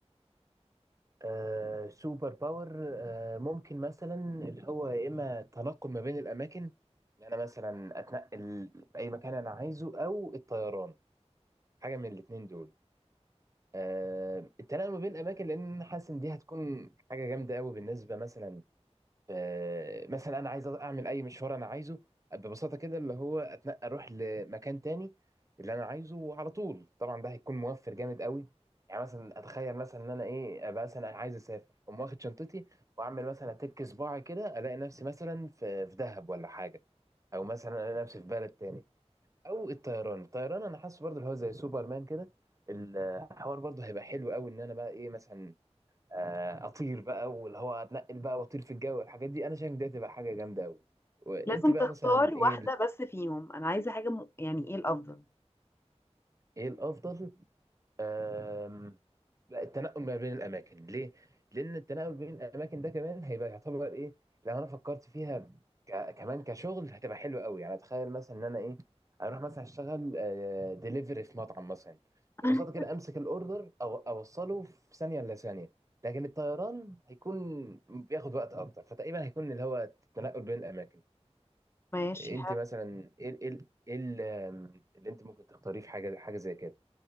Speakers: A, on the right; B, on the left.
A: آه سوبر باور آه ممكن مثلا اللي هو يا اما التنقل ما بين الاماكن ان انا مثلا اتنقل اي مكان انا عايزه او الطيران حاجه من الاتنين دول آه التنقل ما بين الاماكن لان أنا حاسس ان دي هتكون حاجه جامده قوي بالنسبه مثلا آه، مثلا انا عايز اعمل اي مشوار انا عايزه ببساطه كده اللي هو اتنقل اروح لمكان تاني اللي انا عايزه على طول طبعا ده هيكون موفر جامد قوي يعني مثلا اتخيل مثلا ان انا ايه ابقى مثلا عايز اسافر اقوم واخد شنطتي واعمل مثلا اتك صباعي كده الاقي نفسي مثلا في في دهب ولا حاجه او مثلا الاقي نفسي في بلد تاني او الطيران الطيران انا حاسس برضه اللي هو زي سوبرمان كده الحوار برضه هيبقى حلو قوي ان انا بقى ايه مثلا آه، اطير بقى واللي هو اتنقل بقى واطير في الجو الحاجات دي انا شايف إن دي هتبقى حاجه جامده قوي وانت
B: لازم
A: بقى
B: تختار
A: مثلا
B: واحدة
A: ايه ال-
B: بس فيهم أنا عايزة حاجة م... يعني إيه الأفضل؟
A: ايه الافضل أم، لا التنقل ما بين الاماكن ليه لان التنقل بين الاماكن ده كمان هيبقى يعتبر ايه لو انا فكرت فيها ك... كمان كشغل هتبقى حلوه قوي يعني اتخيل مثلا ان انا ايه اروح مثلا اشتغل ديليفري في مطعم مثلا
B: <laughs>
A: ببساطه كده امسك الاوردر او اوصله في ثانيه الا ثانيه لكن الطيران هيكون بياخد وقت اكتر فتقريبا هيكون اللي هو التنقل بين الاماكن
B: ماشي
A: انت
B: حلو
A: مثلا ايه ايه ايه ال- اللي انت ممكن تختاريه في حاجه حاجه زي كده